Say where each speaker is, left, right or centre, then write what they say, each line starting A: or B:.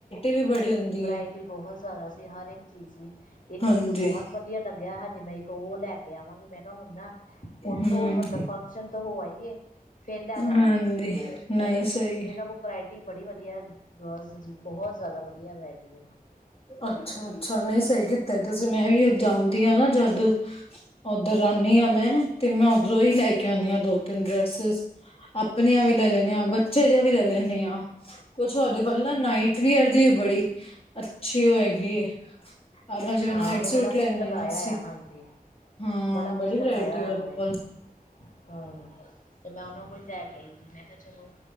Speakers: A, on the left; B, on the left.
A: ਵੀ ਬੜੀ ਹੁੰਦੀ
B: ਵਰਾਇਟੀ
A: ਹੈ।
B: ਬਹੁਤ ਜ਼ਿਆਦਾ ਸੀ ਹਰ ਇੱਕ ਚੀਜ਼ ਸੀ। ਇੱਕ
A: ਹਾਂਜੀ।
B: ਮੈਨੂੰ ਬਹੁਤ ਵਧੀਆ ਲੱਗਿਆ, ਹਜੇ ਮੈਂ ਇੱਕ ਓ ਲੈਕੇ ਆਵਾਂਗੀ, ਮੈਂ ਕਾ ਹੁਣ ਨਾ
A: ਹਮ
B: ਥੋ ਮਤਲਬ, ਫੰਕਸ਼ਨ ਤੋ ਹੋ ਆਈਏ। ਫਿਰ ਲੈ
A: ਹਾਂਦੀ, ਨਹੀਂ ਸਹੀ।
B: ਓਨਾ ਕੋਲ ਵਰਾਇਟੀ ਬੜੀ ਵਧੀਆ, ਗਰਲਜ਼ ਦੀ ਬਹੁਤ ਜ਼ਿਆਦਾ ਵਧੀਆ ਵਰਾਇਟੀ। ਉਹਨਾਂ ਕੋਲ
A: ਅੱਛਾ-ਅੱਛਾ, ਨਹੀਂ ਸਹੀ ਕੀਤਾ ਤੁਸੀਂ ਮੈਂ ਵੀ ਜਾਂਦੀ ਆ ਨਾ ਜਦ ਉੱਧਰ ਆਂਨੀ ਆ ਮੈਂ, ਤੇ ਮੈਂ ਉੱਧਰੋਂ ਹੀ ਲੈਕੇ ਆਉਂਨੀ ਆ ਦੋ ਤਿੰਨ ਡ੍ਰੈਸੇਸ ਆਪਣੀਆਂ ਵੀ ਲੈ ਲੈਂਨੀ ਆ, ਬੱਚੇ ਦੀਆਂ ਵੀ ਲੈ ਲੈਂਨੀ ਆ। ਕੁਛ ਔਦੇ ਕੋਲ ਨਾ ਨਾਈਟ ਵੀਅਰ ਦੀ ਬੜੀ, ਅੱਛੀ ਹੋਏਗੀ। ਆਪਾਂ ਜਿਵੇਂ
B: ਹਾਂ
A: ਨਾਈਟ
B: ਉਹਨੇ ਬੜਾ
A: ਸੁਟ
B: ਕੁਛ
A: ਲੈਂਨੇ
B: ਲਗਾਇਆ
A: ਆ, ਅਸੀ।
B: ਹਾਂਜੀ
A: ਹਾਂ,
B: ਬੜਾ ਕੁਛ
A: ਬੜੀ
B: ਲਗਾਇਆ
A: ਵਰਾਇਟੀ ਏ, ਉਹਦੇ
B: ਇਹਨਾਂ ਨੇ
A: ਕੋਲ।
B: ਹਾਂ, ਤੇ ਮੈਂ ਉਹਨਾਂ ਕੋਲ ਲੈਕੇ ਆਈ ਸੀ, ਮੈਂ ਕਿਹਾ ਚਲੋ